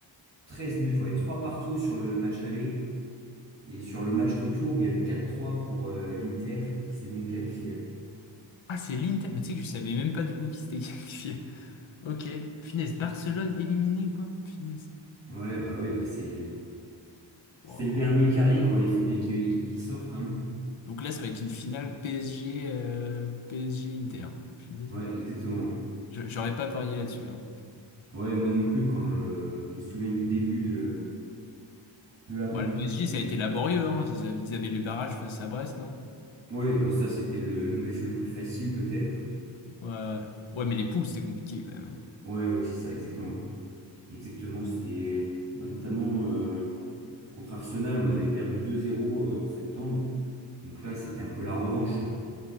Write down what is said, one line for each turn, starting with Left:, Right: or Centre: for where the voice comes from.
Right: 13 buts, ouais, 3 partout sur le, le match aller. Et sur le match retour, il y a eu quatre trois pour euh, l'Inter, qui s'est donc qualifié.
Left: Ah, c'est l'Inter, mais tu sais que je savais même pas du coup qui s'était qualifié. Ok, finesse, Barcelone éliminé, quoi. Finesse.
Right: Ouais, bah oui, bah c'est
Left: Wow.
Right: c'est le dernier carré, quoi. Il faut bien qu'il y ait une équipe qui sorte, hein.
Left: Donc là, ça va être une finale PSG, euh, PSG Inter. Punaise.
Right: Ouais, exactement.
Left: Je- J'aurais pas parié là-dessus. hein.
Right: Ouais, moi non plus, quand je me souviens du début de, de la compétition.
Left: Bon, le PSG, ça a été laborieux. hein. Ils avaient, ils avaient les barrages face à Brest, non?
Right: Oui, bon, ça, c'était le, le match le plus facile, peut-être.
Left: Ouais, ouais. Ouais, mais les poules, c'était compliqué quand même. hein.
Right: Ouais, ouais, c'est ça, exactement. Exactement, c'était bah, notamment euh, contre Arsenal, on avait perdu 2-0 euh, en septembre. Donc là, c'était un peu la revanche.